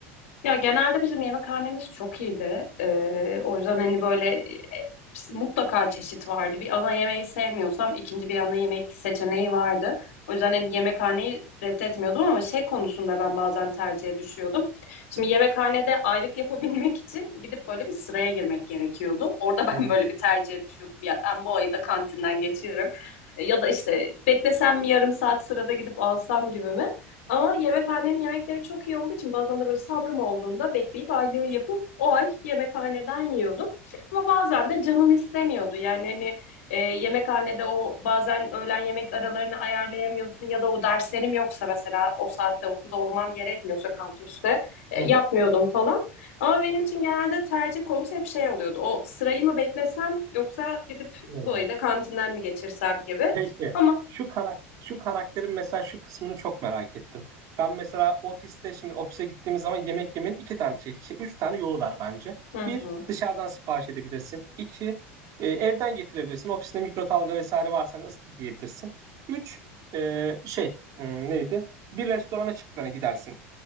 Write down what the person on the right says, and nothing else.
Hmm.
Hı
hı.
Peki
şu karak şu karakterin mesela şu kısmını çok merak ettim. Ben mesela ofiste şimdi ofise gittiğimiz zaman yemek yemenin iki tane çe- şey, üç tane yolu var bence.
Bir
dışarıdan sipariş edebilirsin. İki e, evden getirebilirsin. Ofisinde mikrodalga vesaire varsa hani ısıtıp yiyebilirsin. Üç e, şey hmm, neydi? Bir restorana çıkıp hani gidersin